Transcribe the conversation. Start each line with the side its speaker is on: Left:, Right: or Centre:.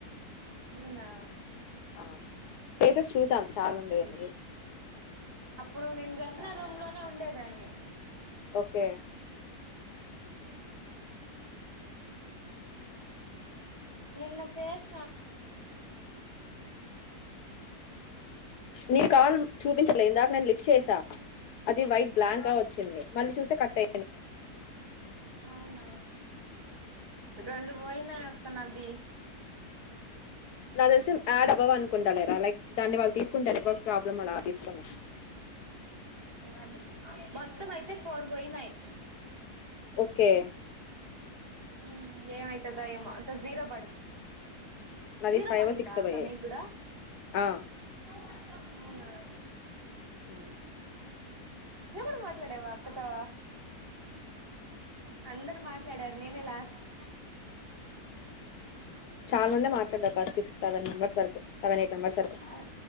Right: అవునా
Left: ఆ పేసెస్ చూసాం చాల మందే వున్నరు
Right: అప్పుడు నేను రహనా రూమ్ లోనే ఉండేదాన్ని
Left: ఓకే
Right: ఊ నిన్న చేస్
Left: మీర్ కాల్ చూపించట్లే ఇందాక నెన్ లిఫ్ట్ చేసా అది వైట్ బ్లాంక్
Right: అవు
Left: గా వచ్చింది మళ్ళీ చూస్తే కట్టే
Right: అవునా రెండు పోయిన కనవ్వి
Left: నా తెలిసి యాడ్ అవవ్ అనుకుంటా లేరా లైక్ దాన్ని వాళ్ళు తీసుకుంటారెమో ప్రాబ్లం అలా తీసుకోని
Right: అది మొత్తం అయితే ఫోర్ పోయినాయి
Left: ఒకే
Right: ఊ ఏమైతదో ఏమో అంత జీరో పడింది
Left: నాది
Right: జీరో
Left: ఫైవ్
Right: పడింద
Left: సిక్స్
Right: అక్క
Left: పోయాయి
Right: మీకూడా
Left: ఆ
Right: అవునా
Left: ఊ
Right: నువ్వు కూడా మాట్లాడేవా అక్కతో అందరు మాట్లాడారు నేనే లాస్ట్
Left: చాలా మంది మాట్లాడారు గసిస్ సెవెన్ మెంబర్స్ వరకు సెవెన్ ఎయిట్ మెంబర్స్ వరకు
Right: ఆ,